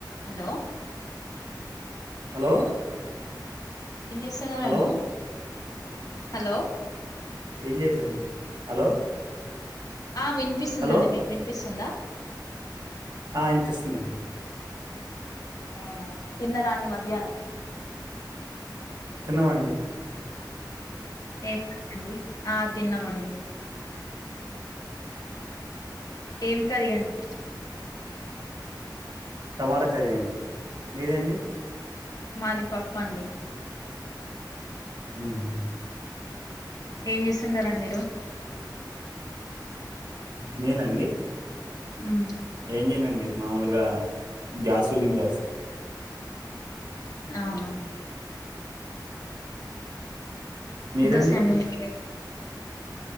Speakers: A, on the left; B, on the right.
A: Hello
B: hello
A: ఏం చేస్తున్నారండి
B: hello
A: hello
B: ఏం చేయట్లేదండి హలో
A: ఆ వినిపిస్తుందండి
B: హలో
A: మీకు వినిపిస్తుందా
B: ఆ ఇనిపిస్తుందండి
A: అవునా తిన్నారండి మధ్యాహ్నం
B: తిన్నవండి
A: ఏం కరండీ ఆ తిన్నమండి ఏం కర్రీ అండి
B: టమాటా కర్రీ అండి మీదెండి
A: మాది పప్పండి
B: ఉహు
A: ఏం చేస్తుంటారాన్ మీరు
B: నేనండి
A: ఉమ్
B: ఏం చేయనండి మామూలుగా గ్యాస్ ఫిల్లింగ్
A: ఆహా
B: మీరండి
A: ఎంతోస్తాయ్ అండి మీక్